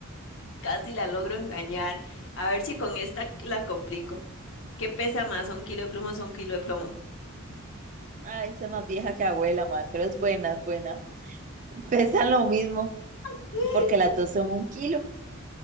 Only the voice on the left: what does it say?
Casi la logro engañar. A ver si con esta la complico. ¿Qué pesa más? ¿Un kilo de plumas o un kilo de plomo?
<laughs>